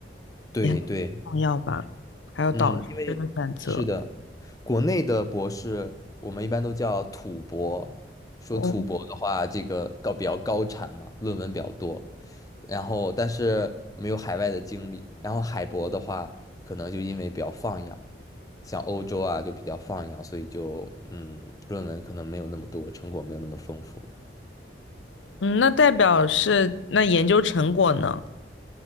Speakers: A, on the left; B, on the left.
A: 对对，
B: 也很重要吧，还有导师的选择。
A: 嗯，因为是的，国内的博士我们一般都叫土博，说土博的话，
B: 哦，
A: 这个高比较高产嘛，论文比较多，然后但是没有海外的经历，然后海博的话，可能就因为比较放养，像欧洲啊就比较放养，所以就嗯，论文可能没有那么多，成果没有那么丰富，
B: 嗯，那代表是那研究成果呢？